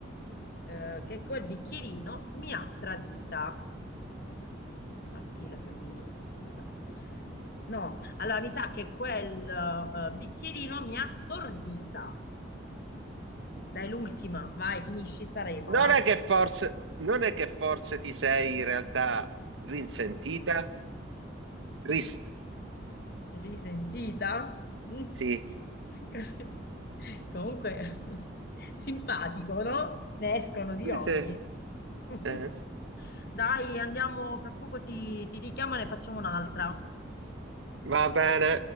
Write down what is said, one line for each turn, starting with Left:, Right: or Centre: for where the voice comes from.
Left: eh, che quel bicchierino mi ha tradita. Vabbè, Maschile, femminile, vabbè. No, allora mi sa che quel eh, bicchierino mi ha stordita. Dai, l'ultima, vai, finisci sta rema,
Right: Non
Left: va.
Right: è che forse, non è che forse ti sei in realtà rinsentita? Ris-
Left: Risentita? Mm.
Right: sì.
Left: <laughs> Comunque, simpatico, no? Ne escono di
Right: Sì,
Left: ogni.
Right: sì.
Left: <laughs>
Right: Eh,
Left: Dai, andiamo, fra poco ti, ti richiamo e ne facciamo un'altra.
Right: Va bene.